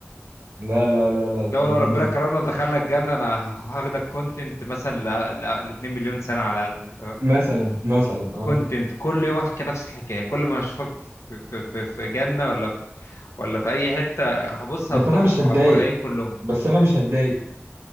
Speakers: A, on the right; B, on the left.
A: لا لا لا لا دي
B: لو لو
A: دي
B: ربنا
A: دي
B: كرمنا ودخلنا الجنه انا هاخدك كونتنت مثلا ل ل- 2 مليون سنه على الاقل تمام
A: مثلا مثلا اه
B: كونتنت كل يوم احكي نفس الحكايه كل ما اشوفك في في في, في جنه ولا في ولا في اي حته هبص
A: بس
B: هفضحك
A: انا مش هتضايق
B: مع الحور العين كلهم
A: بس انا مش هتضايق